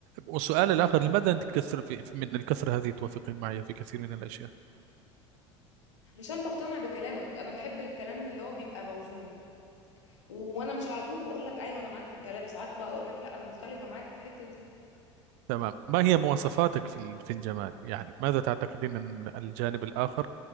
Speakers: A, on the right; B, on the left.
A: والسؤال الآخر لماذا أنت تكثر في في- من الكثرة هذه توافقين معي في كثير من الأشياء
B: عشان بقتنع بكلامك انا بحب الكلام اللي هو بيبقى موزون وانا مش على طول بقول لك ايوه انا معاك في الكلام ساعات بقول لك لا انا مختلفه معاك في الحته دي
A: تمام ما هي مواصفاتك في ال- في الجمال يعني ماذا تعتقدين أن الجانب الآخر